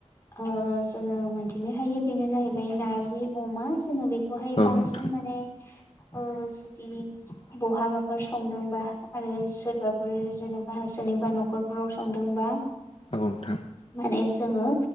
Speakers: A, on the left; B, on the left.
A: ओ जोङो मोनथिनो हायो बेनोनो जाहैबाय नारजि अमा ज बेखौ
B: औ
A: बांसिन।
B: नोंथां
A: ने ओ जुदि बहाबाफोर संदोंबा आरो सोरबाफोर जेन'बा सोरनिबा न'खरफोराव संदोंबा
B: औ नोंथां।
A: माने जोङो